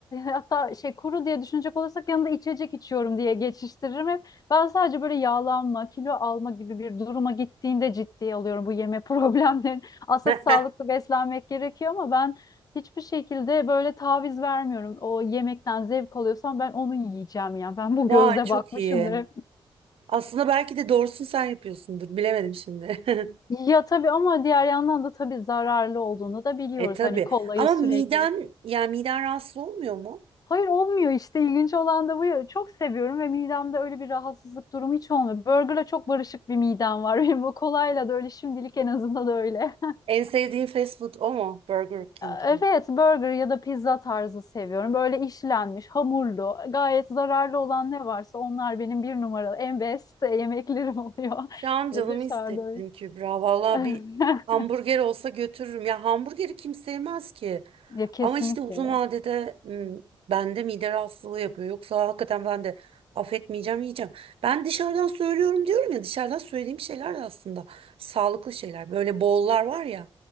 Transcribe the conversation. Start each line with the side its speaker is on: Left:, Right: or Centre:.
Left: Hatta şey kuru diye düşünecek olursak yanında içecek içiyorum diye geçiştiririm hep. Ben sadece böyle yağlanma, kilo alma gibi bir duruma gittiğinde ciddiye alıyorum bu yeme <laughs> problemlerini. Aslında
Right: <laughs>
Left: sağlıklı beslenmek gerekiyor ama ben hiçbir şekilde böyle taviz vermiyorum. O yemekten zevk alıyorsam ben onu yiyeceğim yani Ben bu
Right: Vay
Left: gözle
Right: çok
Left: bakmışımdır
Right: iyi.
Left: hep.
Right: Aslında belki de doğrusunu sen yapıyorsundur. Bilemedim şimdi. <laughs>
Left: Ya tabii ama diğer yandan da tabii zararlı olduğunu da biliyoruz.
Right: E tabii.
Left: Hani kolayı
Right: Ama
Left: sürekli.
Right: miden yani miden rahatsız olmuyor mu?
Left: Hayır olmuyor işte ilginç olan da bu. ya. Çok seviyorum ve midemde öyle bir rahatsızlık durumu hiç olmuyor. Burger'la çok barışık bir midem var. <laughs> Benim bu kolayla da öyle şimdilik en azından öyle.
Right: En sevdiğin fast food o mu? Burger King
Left: Evet,
Right: mi?
Left: burger ya da pizza tarzı seviyorum. Böyle işlenmiş, hamurlu, gayet zararlı olan ne varsa onlar benim bir numaralı, en best yemeklerim oluyor.
Right: Şu
Left: <laughs>
Right: an canımı
Left: Ve dışarıda
Right: hissettin
Left: öyle.
Right: Kübra. Valla
Left: <laughs>
Right: bir hamburger olsa götürürüm. Ya hamburgeri kim sevmez ki.
Left: Ya kesinlikle
Right: Ama işte uzun
Left: ya.
Right: vadede hmm, bende mide rahatsızlığı yapıyor. Yoksa hakikaten ben de affetmeyeceğim, yiyeceğim. Ben dışarıdan söylüyorum diyorum ya dışarıdan söylediğim şeyler de aslında sağlıklı şeyler. Böyle bollar var ya